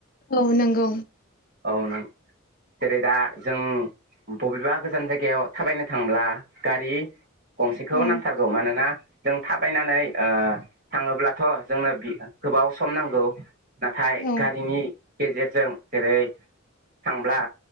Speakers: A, on the left (about 45°); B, on the right (about 45°).
A: औ नंगौ।
B: औ नों जेरै दा जों बबेबा गोजान जायगायाव थाबायनो थांब्ला गारि गंसेखौ
A: औ
B: नांथारगौ मानोना जों थाबायनानै ओ थाङोब्लाथ' जोंनो गोबाव सम नांगौ। नाथाय
A: औ
B: गारिनि गेजेरजों जेरै थांब्ला